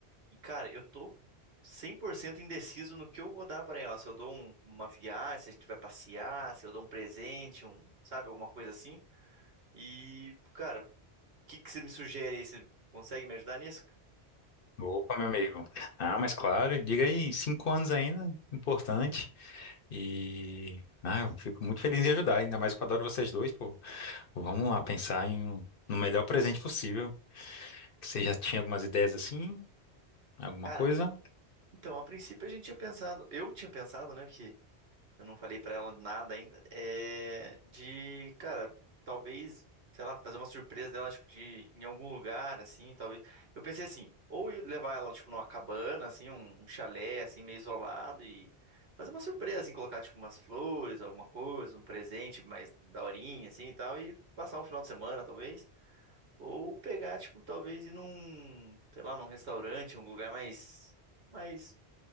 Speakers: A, on the right (about 65°); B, on the left (about 60°).
A: E, cara, eu tô 100% indeciso no que eu vou dar pra ela. Se eu dou um- uma viagem, se a gente vai passear, se eu dou um presente, um, sabe, alguma coisa assim. E, cara, o que que você me sugere aí? Você consegue me ajudar nisso?
B: Opa, meu amigo. Ah, mas claro, diga aí, cinco anos ainda, importante. E ah, eu fico muito feliz em ajudar, ainda mais que eu adoro vocês dois, pô. Vamos lá pensar em um- no melhor presente possível. Que Você já tinha algumas ideias assim, alguma
A: Cara,
B: coisa?
A: Então, a princípio a gente tinha pensado, eu tinha pensado, né, que eu não falei pra ela nada ainda, é de, cara, talvez, sei lá, fazer uma surpresa dela, tipo, de em algum lugar, assim, talvez. Eu pensei assim, ou eu levar ela, tipo, numa cabana, assim, um, um chalé, assim, meio isolado e fazer uma surpresa, assim, colocar, tipo, umas flores, alguma coisa, um presente mais daorinha, assim, e tal, e passar um final de semana, talvez. Ou pegar, tipo, talvez ir num, sei lá, num restaurante, um lugar mais mais